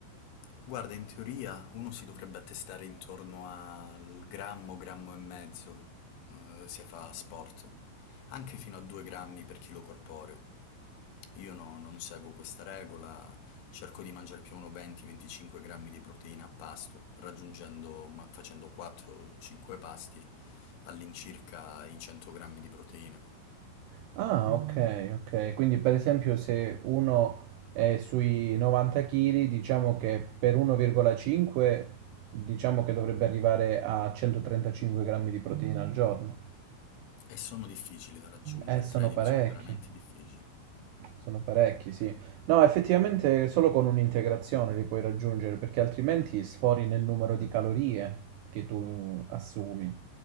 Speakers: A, on the left; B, on the right.
A: Guarda, in teoria uno si dovrebbe attestare intorno al grammo, grammo e mezzo, eh, se fa sport, anche fino a 2 grammi per chilo corporeo. Io no- non seguo questa regola, cerco di mangiare più o meno 20-25 grammi di proteina a pasto, raggiungendo, ma- facendo 4-5 pasti, all'incirca i 100 grammi di proteina.
B: Ah, ok, ok. Quindi per esempio se uno è sui 90 kg, diciamo che per 1,5 diciamo che dovrebbe arrivare a 135 grammi di proteina al giorno.
A: E sono difficili da raggiungere,
B: Eh, sono
A: credimi,
B: parecchi.
A: sono veramente difficili.
B: Sono parecchi, sì. No, effettivamente solo con un'integrazione li puoi raggiungere, perché altrimenti sfori nel numero di calorie che tu assumi.